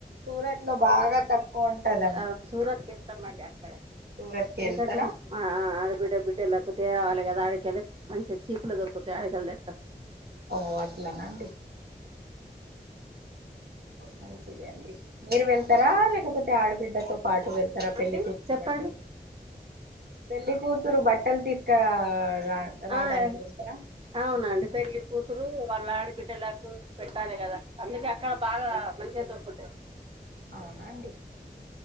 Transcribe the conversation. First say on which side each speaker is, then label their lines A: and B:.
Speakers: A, on the right; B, on the right.
A: సూరత్ లో బాగా తకు క్కు ఉంటద్
B: ఆ సూరత్కి ఎళ్తామండి అక్కడ
A: సూరత్ కి
B: ఎందుకంటే
A: వెళ్తారా
B: ఆ ఆ ఆడబిడ్డ బిడ్ ఎలాకుతే కావాలి కదా ఆడకయలి మంచిగా చీపులు దొరుకుతాయి ఆడకయలిద ఎత్త
A: ఓ అట్లనాండి మంచిదే అండి మీరు వెళ్తారా లేకపోతే ఆడబిడ్డతో పాటు వెళ్తాత్ తరా
B: అండి
A: పెళ్లికొడుకు
B: చెప్పండి
A: బట్టల్ పెళ్లి కూతురు బట్టలు తీసుక రా రావడానికి
B: ఆ ఆ
A: వెళ్తారా
B: అవునండి పెళ్లి కూతురు వాళ్ళ ఆడి బిడ్డ లకు పెట్టాలి కదా అందుకే అక్కడ బాగా మంచిగా దొరుకుతయి
A: అవునా అండి